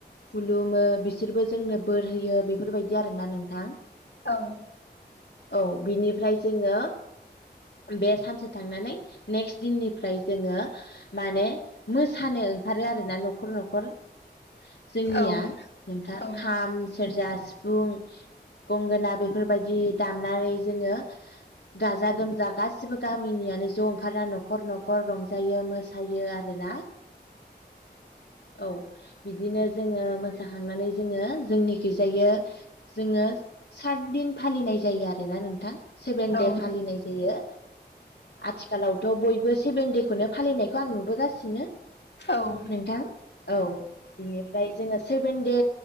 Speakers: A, on the left; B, on the left.
A: खुलुमो बिसोरबो जोंनो बोर होयो बेफोरबायदि आरोना नोंथां।
B: औ।
A: औ बिनिफ्राय जोङो बे सानसे। थांनानै नेकस्ट दिननिफ्राय जोङो। माने मोसानो ओंखारो आरो ना न'खर न'खर जोंनिया
B: औ
A: नोंथां
B: औ
A: खाम सेरजा सिफुं गंगोना बेफोरबायदि दामनानै जोङो गाजा गोमजा गासिबो गा मिनियानो ज' ओंखारा न'खर न'खर रंजायो मोसायो आरोना। औ बिदिनो जोङो मोसाखांनानै जोङो जोंनिखैजायो जोङो सात दिन फालिनाय जायो आरोना नोंथां सेभेन दे
B: औ
A: फालिनाय जायो। आथिखालावथ' बयबो सेभेन देखौनो फालिनायखौ आं नुबोगासिनो।
B: औ।
A: नोंथां औ बिनिफ्राय जोङो सेबेन दे।